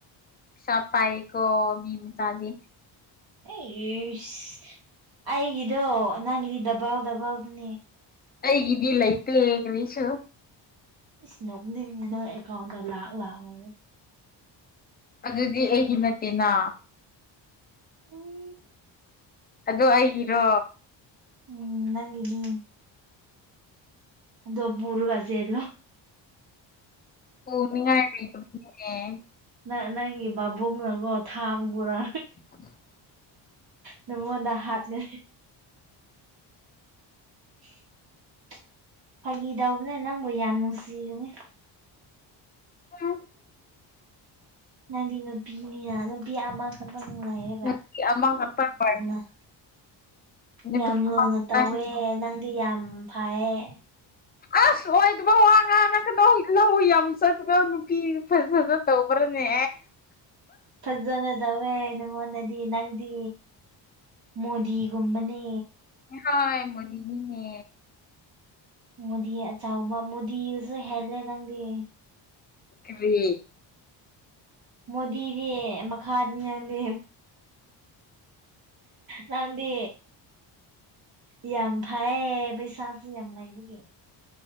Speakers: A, on the left; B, on the right.
A: ꯄꯤꯁꯥ ꯄꯥꯏꯀꯣ ꯃꯤ ꯃꯆꯥꯗꯤ꯫
B: ꯑꯩꯁ ꯑꯩꯒꯤꯗꯣ ꯅꯪꯒꯤꯗꯤ ꯗꯕꯜ ꯗꯕꯜꯗꯨꯅꯦ꯫
A: ꯑꯩꯒꯤꯗꯤ ꯂꯩꯇ‌ꯦ ꯀꯔꯤꯁꯨ꯫
B: ꯏꯁ ꯅꯣꯛꯅꯤꯡꯉꯦ ꯅꯣꯏ ꯑꯦꯀꯥꯎꯟꯗ ꯂꯥꯛ ꯂꯥꯛ ꯂꯩꯔ꯫
A: ꯑꯗꯨꯗꯤ ꯑꯩꯒꯤ ꯅꯠꯇꯦꯅꯥ꯫
B: ꯎꯝ
A: ꯑꯗꯣ ꯑꯩꯒꯤꯔꯣ꯫
B: ꯎꯝ ꯅꯪꯒꯤꯅꯦ꯫ ꯑꯗꯣ ꯄꯨꯔꯒ ꯆꯦꯜꯂꯣ꯫
A: ꯄꯨꯅꯤꯉꯥꯏ <unintelligible>
B: ꯅꯪ ꯅꯪꯒꯤ ꯕꯥꯕꯣꯛꯅꯒꯣ ꯊꯥꯡ ꯄꯨꯔꯥ
A: <inaudible>
B: ꯅꯪꯉꯣꯟꯗ ꯍꯥꯠꯀ‌ꯦ <inaudible> ꯐꯥꯒꯤ ꯇꯧꯕꯅꯦ ꯅꯪꯕꯨ ꯌꯥꯝ ꯅꯨꯡꯁꯤꯕꯅ‌ꯦ
A: <unintelligible>
B: ꯅꯪꯗꯤ ꯅꯨꯄꯤꯅꯤꯅ ꯅꯨꯄꯤ ꯑꯃ ꯈꯛꯇꯪ ꯂꯩ꯫
A: ꯅꯨꯄꯤ ꯑꯃꯈꯛꯇꯪ
B: <unintelligible>
A: ꯅꯨꯄꯤ
B: ꯌꯥꯝ ꯂꯨꯅ
A: ꯑꯃꯈꯛꯇꯪ
B: ꯇꯧꯋꯦ ꯅꯪꯗꯤ ꯌꯥꯝ ꯐꯩꯌꯦ
A: ꯑꯁ ꯑꯣꯏꯗꯕ ꯋꯥ ꯉꯥꯡꯉꯛꯀꯅꯣ ꯂꯧ ꯌꯥꯝ ꯆꯠꯄꯗꯣ ꯅꯨꯄꯤꯗꯨ ꯐꯖꯅ ꯇꯧꯕ꯭ꯔꯅꯦ
B: ꯐꯖꯅ ꯇꯧꯋꯦ ꯅꯉꯣꯟꯗꯗꯤ ꯅꯪꯗꯤ ꯃꯣꯗꯤꯒꯨꯝꯕꯅꯦ
A: ꯍꯣꯏ ꯃꯣꯗꯤꯅꯤꯅꯦ
B: ꯃꯣꯗꯤ ꯑꯆꯥꯎꯕ ꯃꯣꯗꯤꯁꯨ ꯍꯦꯜꯂꯦ ꯅꯪꯗꯤ
A: ꯀꯔꯤ
B: ꯃꯣꯗꯤꯗꯤ ꯃꯈꯥꯗꯅꯤ ꯅꯪꯗꯤ ꯅꯪꯗꯤ ꯌꯥꯝ ꯐꯩꯌꯦ ꯄꯩꯁꯥꯁꯨ ꯌꯥꯝ ꯂꯩꯕꯒꯤ